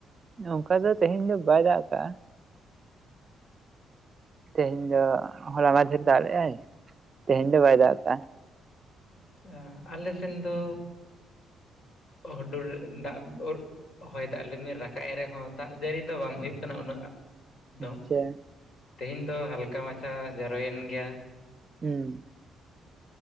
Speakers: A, on the right; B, on the left.
A: ᱚᱱᱠᱟ ᱫᱚ ᱛᱮᱦᱮᱧ ᱫᱚ ᱵᱟᱭ ᱫᱟᱜ ᱟᱠᱟᱜᱼᱟ᱾ ᱛᱮᱦᱮᱧ ᱫᱚ ᱦᱚᱞᱟ ᱢᱟᱫᱷᱮᱨ ᱫᱟᱜ ᱞᱮᱜ ᱟᱭ ᱛᱮᱦᱮᱧ ᱫᱚ ᱵᱟᱭ ᱫᱟᱜ ᱠᱟᱜᱟ᱾
B: ᱟᱪᱪᱷᱟ ᱟᱞᱮ ᱥᱮᱱ ᱫᱚ ᱦᱩᱰᱩᱨ ᱫᱟᱜᱻ ᱦᱚᱭ ᱫᱟᱜ ᱞᱤᱢᱤᱨ ᱨᱟᱠᱟᱵ ᱮᱜ ᱨᱮᱦᱚᱸ ᱫᱟᱜ ᱡᱟᱹᱲᱤ ᱫᱚ ᱵᱟᱝ ᱦᱩᱭᱩᱜ ᱠᱟᱱᱟ ᱩᱱᱟᱹᱜ᱾ ᱫᱚ
A: ᱟᱪᱪᱷᱟ
B: ᱛᱮᱦᱮᱧ ᱫᱚ ᱦᱟᱞᱠᱟ ᱢᱟᱪᱷᱟ ᱡᱚᱨᱚᱭᱮᱱ ᱜᱮᱭᱟ᱾
A: ᱦᱩᱸ᱾